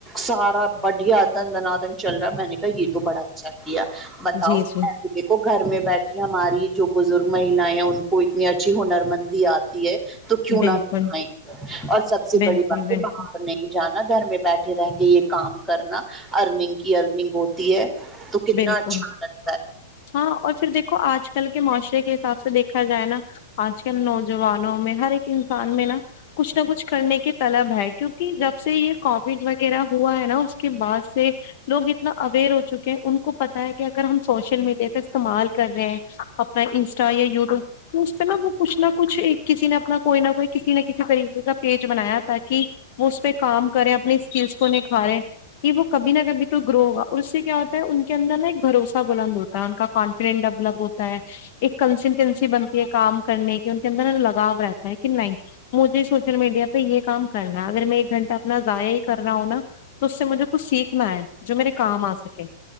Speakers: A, in the centre; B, on the left.
A: سارا بڑھیا دھن دنادن چل رہا ہے میں نے کہا یہ تو بڑا اچھا کیا بتاؤ
B: جی جی
A: دیکھو گھر میں بیٹھی ہماری جو بزرگ محلائی ان کو اتنی اچھی ہنر مندی آت ہے تو کیوں
B: بالکل
A: نہ دکھائیں گے اور سب سے
B: بالکل
A: بڑی بات
B: بالکل
A: ہے باہر نہیں جانا گھر میں بیٹھے رہ کے یہ کام کرنا ارننگ کی ارننگ ہوتی ہے تو کتنا
B: بالکل
A: اچھا لتا
B: ہاں اور پھر دیکھو آج کل کے معاشرے کے حساب سے دیکھا جائے نا آج کل نوجوانوں میں ہر ایک انسان میں نا کچھ نہ کچھ کرنے کی طلب ہے کیونکہ جب سے یہ کووڈ وغیرہ ہوا ہے نا اس کے بعد سے لوگ اتنا اویئر ہو چکے ہیں ان کو پتا ہے کہ اگر ہم سوشل میڈیا کا استعمال کر رہے ہیں اپنا انسٹا یا یوٹیوب تو اس پہ نا وہ کچھ نہ کچھ ایک کسی نے اپنا کوئی نہ کوئی کسی نہ کسی طریقے کا پیج بنایا تاکہ کی وہ اس پہ کام کریں اپنی اسکلس کو نکھاریں کہ وہ کبھی نہ کبھی تو گرو ہوگا اس سے کیا ہوتا ہے ان کے اندر نا ایک بھروسہ بلند ہوتا ہے تا ان کا کانفیڈینس ڈیولپ ہوتا ہے ایک کنسیٹنسی بنتی ہے کام کرنے کی ان کے اندر لگاؤ رہتا ہے کہ نہی مجھے سوشل میڈیا پہ یہ کام کرنا ہے اگر میں ایک گھنٹہ اپنا ضایع ہی کر رہا ہوں نا تو اس سے مجھے کچھ سیکھنا ہے جو میرے کام آ سکے